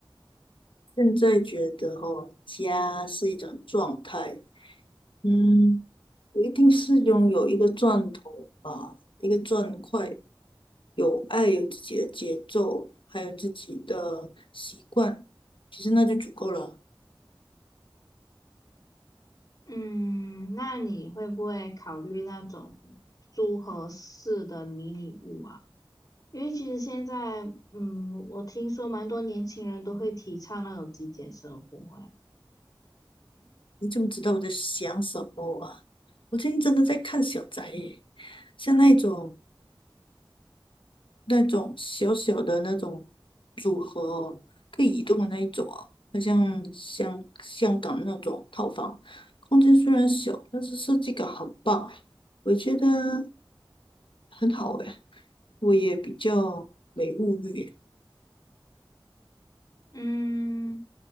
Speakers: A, on the left; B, on the left.
A: 现在觉得哦，家是一种状态，嗯，我一定是拥有一个钻头吧，一个钻块，有爱，有自己的节奏，还有自己的习惯，其实那就足够了。
B: 嗯，那你会不会考虑那种租合适的迷你屋啊？因为其实现在嗯，我听说蛮多年轻人都会提倡那种极简生活，哎，
A: 你怎么知道我在想什么啊？我最近真的在看小宅耶，像那种那种小小的那种组合哦可以移动的那一种啊，好像香香港那种套房，空间虽然小，但是设计感很棒哎。我觉得很好诶，我也比较没物欲耶
B: 嗯，